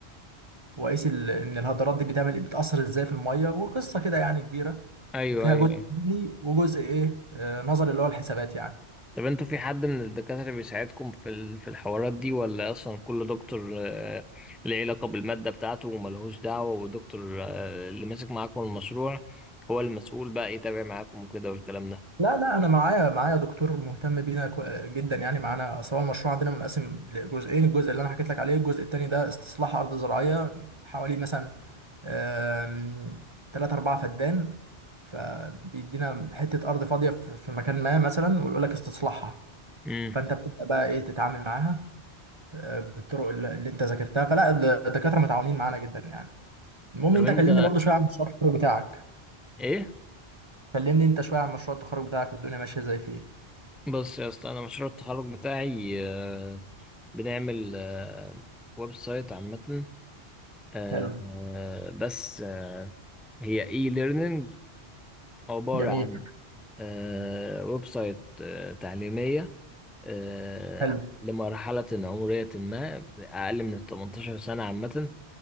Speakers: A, on the right; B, in the centre.
A: وقيس ال- ان الهدرات دي بتعمل بتأثر ازاي في المية وقصة كده يعني كبيرة
B: ايوه
A: فيها
B: ايوه
A: جزء
B: ايوه
A: علمي وجزء ايه آه، نظري اللي هو الحسابات يعني
B: طب انتوا في حد من الدكاترة بيساعدكم في ال- في الحوارات دي ولا اصلا كل دكتور آه، ليه علاقة بالمادة بتاعته وملهوش دعوة والدكتور آه، اللي ماسك معاكم المشروع هو المسؤول بقى يتابع معاكم وكده والكلام ده
A: لا لا انا معايا معايا دكتور مهتم بينا كو- جدا يعني معانا اصل هو المشروع عندنا منقسم لجزئين الجزء اللي انا حكيت لك عليه الجزء التاني ده استصلاح ارض زراعية حوالي مثلا آم، تلاتة أربعة فدان فبيدينا حتة أرض فاضية في في مكان ما مثلا ويقول لك استصلاحها
B: امم
A: فأنت بتبدأ بقى إيه تتعامل معاها آه، بالطرق اللي اللي انت ذاكرتها فلا الدكاتره متعاونين معانا جدا يعني المهم
B: طب
A: انت
B: انت
A: كلمني برضو شويه عن مشروع التخرج بتاعك
B: ايه
A: كلمني انت شويه عن مشروع التخرج بتاعك والدنيا ماشيه ازاي فيه
B: بص يا اسطى انا مشروع التخرج بتاعي آه، بنعمل آه، ويب سايت عامة آه،
A: حلو
B: آه، بس آه، هي اي ليرنينج عبارة
A: جميل
B: عن آه، ويب سايت آه، تعليمية آه،
A: حلو
B: لمرحلة عمرية ما أقل من ال 18 سنة عامة